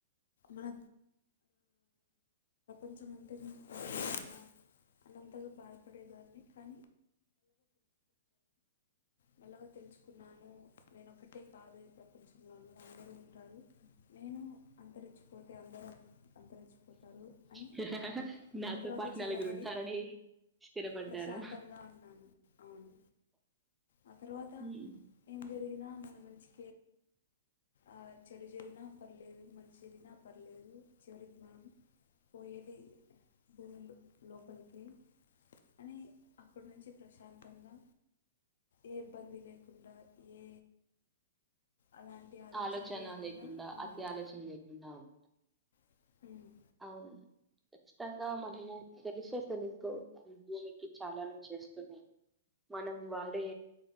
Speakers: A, on the left; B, in the centre.
A: మన <unintelligible> <unintelligible> మల్లగా తెలుసుకున్నాను నేను ఒకటే <unintelligible> అంతరించిపోతారు అని
B: హ హ నాతో
A: ఆ తర్వాత
B: బాగున్నాలని
A: చల్లబడి
B: ఉంటారని స్థిరపడ్డారా
A: ప్రశాంతంగా ఉన్నాను అవును ఆ తర్వాత
B: హ్మ్.
A: ఏం జరిగినా మన మంచి
B: <inaudible>
A: ఆ చెడు చెరినా పర్లేదు మంచి జరిినా పర్లేదు చివరికి మనం పో ఏది భూమి లోకలకి అని అప్పటి నుంచి ప్రశాంతంగా ఏ ఇబ్బంది లేకుండా ఏ అలాంటి ఆలోచనలు
B: ఆలోచన లేకుండా
A: ఉన్నాను
B: అతి ఆలోచన లేకుండా ఉన్నా
A: <inaudible>
B: అవును ఖచ్చితంగా మనము తెలిసే తెలుగు భూమికి చాలాను చేస్తున్నాము మనం వాడే